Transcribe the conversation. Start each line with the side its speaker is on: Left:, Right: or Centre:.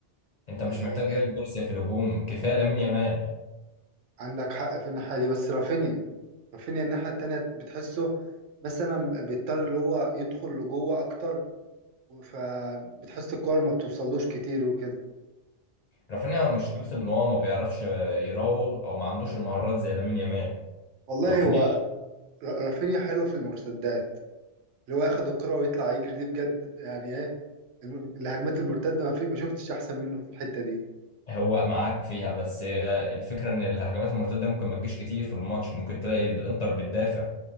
Left: انت مش
Right: آه
Left: محتاج إيريك جارسيا في الهجوم كفاية لامين يامال
Right: عندك حق في الناحية دي بس رافينيا رافينيا الناحية التانية بتحسه مثلا بيضطر اللي هو يدخل لجوه أكتر فبتحس الكورة ما بتوصلوش كتير وكده
Left: رافينيا مشكلته ان هو ما بيعرفش يراوغ او ما عندوش المهارات زي لامين يامال
Right: والله
Left: رافينيا
Right: هو ر- رافينيا حلو في المرتدات اللي هو ياخد الكرة ويطلع يجري دي بجد يعني ايه الم- الهجمات المرتدة ما في ما شفتش احسن منه في الحتة دي
Left: هو معاك فيها بس الفكرة ان الهجمات المرتدة ممكن ما تجيش كتير في الماتش ممكن تلاقي الانتر بتدافع